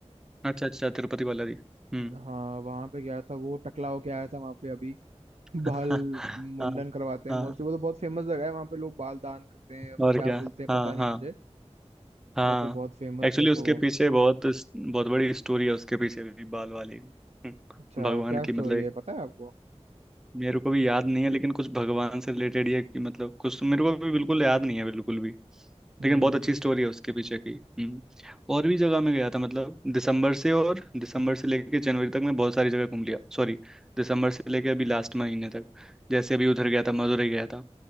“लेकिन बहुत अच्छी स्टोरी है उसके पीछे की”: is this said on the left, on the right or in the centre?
Centre